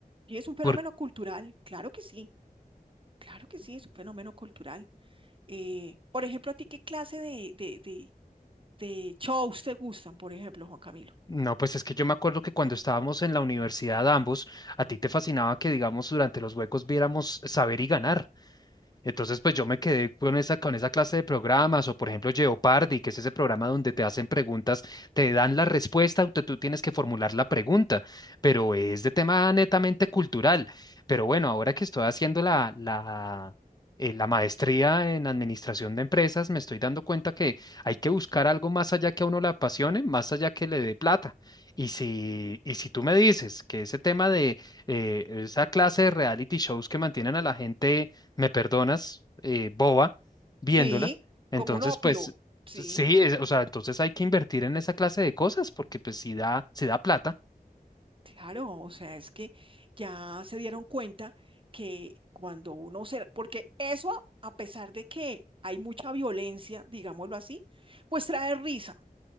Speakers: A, on the right; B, on the left.
A: Y es un fenómeno
B: Por-
A: cultural, claro que sí, claro que sí, es un fenómeno cultural. Eh, por ejemplo, ¿a ti qué clase de, de, de, de shows te gustan, por ejemplo, Juan Camilo?
B: no, pues es que yo me acuerdo que cuando estábamos en la universidad ambos, a ti te fascinaba que, digamos, durante los huecos viéramos saber y ganar. Entonces, pues yo me quedé con esa, con esa clase de programas, o por ejemplo Jeopardy, que es ese programa donde te hacen preguntas, te dan la respuesta, tú, tú tienes que formular la pregunta, pero es de tema netamente cultural. Pero bueno, ahora que estoy haciendo la, la, eh, la maestría en administración de empresas, me estoy dando cuenta que hay que buscar algo más allá que a uno le apasione, más allá que le dé plata. Y si, y si tú me dices que ese tema de eh, esa clase de reality shows que mantienen a la gente me perdonas, eh, boba, viéndola.
A: Sí,
B: Entonces,
A: como un opio.
B: pues
A: Sí,
B: sí, es- o sea, entonces hay que invertir en esa clase de cosas porque pues si da, si da plata,
A: claro, o sea, es que ya se dieron cuenta que cuando uno se... Porque eso, a pesar de que hay mucha violencia, digámoslo así, pues trae risa.